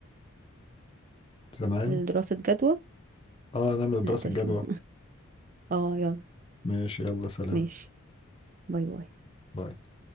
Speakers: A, on the left; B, on the right.
A: سامعني
B: دراسه جدوى
A: اه نعمل
B: لا
A: دراسة
B: تسلم
A: جدوى
B: اه يلا
A: ماشي يلا سلام
B: ماشي باي باي
A: باي